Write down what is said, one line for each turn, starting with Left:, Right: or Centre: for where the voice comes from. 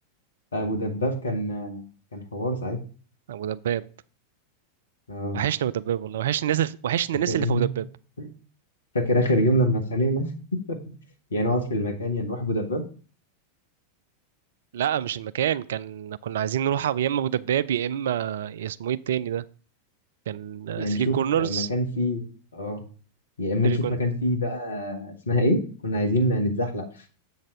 Left: ابو دباب كان آه، كان حوار ساعتها
Right: ابو دباب
Left: اه
Right: وحشني ابو دباب والله وحشني الناس اللي- وحشني
Left: فاكر
Right: الناس
Left: إيه؟
Right: اللي في ابو دباب
Left: فاكر اخر يوم لما اتخانقنا يا نقعد في المكان يا نروح ابو دباب
Right: لا مش المكان كان كنا عايزين نروح يا اما ابو دباب يا اما اسمه ايه التاني ده كان 3
Left: يا نشوف
Right: كورنرز
Left: مكان فيه اه يا اما
Right: 3
Left: نشوف
Right: كورنرز
Left: مكان فيه بقى اسمها ايه كنا عايزين نتزحلق